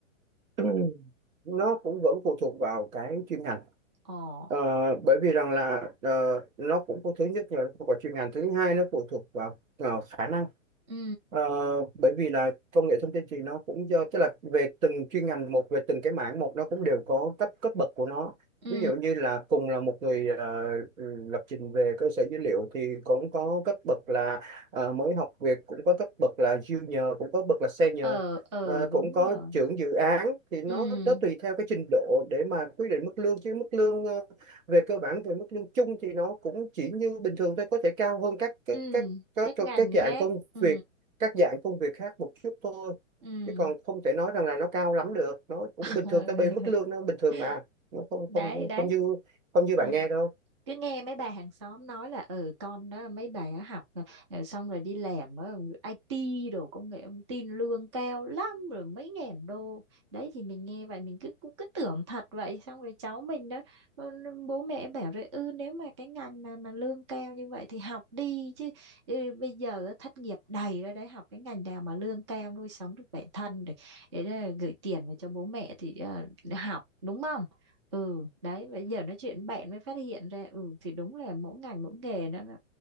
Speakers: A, on the right; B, on the right.
A: <clears throat> nó cũng vẫn phụ thuộc vào cái chuyên ngành
B: Ồ,
A: Ờ, bởi vì rằng là ờ, nó cũng có thứ nhất là phụ thuộc vào chuyên ngành thứ hai nó phụ thuộc vào ờ, khả năng
B: ừ,
A: Ờ, bởi vì là công nghệ thông tin thì nó cũng do tức là về từng chuyên ngành một về từng cái mảng một nó cũng đều có cấp cấp bậc của nó
B: ừ,
A: ví dụ như là cùng là một người ờ, lập trình về cơ sở dữ liệu thì cũng có cấp bậc là ờ, mới học việc cũng có cấp bậc là junior cũng có bậc là senior
B: ờ, ờ,
A: Ờ,
B: đúng
A: cũng có
B: rồi.
A: trưởng dự án thì nó
B: Ừ,
A: nó tùy theo cái trình độ để mà quyết định mức lương chứ mức lương ờ, về cơ bản về mức lương chung thì nó cũng chỉ như bình thường thôi có thể cao hơn các các
B: ừ,
A: các các
B: các ngành
A: các dạng
B: khác.
A: công
B: Ừ,
A: việc các dạng công việc khác một chút thôi
B: ừ,
A: chứ còn không thể nói rằng là nó cao lắm được nó cũng
B: <laughs>
A: bình thường tới bê mức lương nó bình thường mà nó không
B: đấy,
A: không
B: đấy.
A: không như không như
B: Ừ.
A: bạn nghe đâu
B: cứ nghe mấy bà hàng xóm nói là ừ con đó mấy bà á học ờ, xong rồi đi làm ở IT đồ công nghệ thông tin lương cao lắm rồi mấy ngàn đô đấy thì mình nghe vậy mình cứ cũng cứ tưởng thật vậy xong rồi cháu mình đó ừ, bố mẹ bảo rồi ừ nếu mà cái ngành mà mà lương cao như vậy thì học đi chứ ừ, bây giờ thất nghiệp đầy ra đấy học cái ngành nào mà lương cao nuôi sống được bản thân để, để ờ, gửi tiền về cho bố mẹ thì ờ, học đúng không ừ đấy bây giờ nói chuyện bạn mới phát hiện ra ừ thì đúng là mỗi ngành mỗi nghề nó nó,